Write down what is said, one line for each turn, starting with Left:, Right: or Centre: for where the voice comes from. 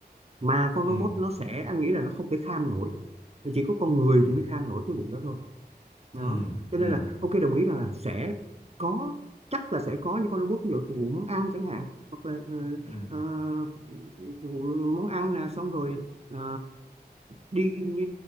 Right: mà con
Left: ừ
Right: robot nó sẽ anh nghĩ là nó không thể kham nổi chỉ có con người
Left: ừ
Right: thì mới kham nổi cái vụ đó thôi đó
Left: ừ
Right: cho
Left: ừ
Right: nên là ok đồng ý rằng là sẽ có chắc là sẽ có những con robot ví dụ phục vụ món ăn chẳng hạn hoặc là ờ,
Left: ừ
Right: ờ, phục vụ món ăn là xong rồi ờ, đi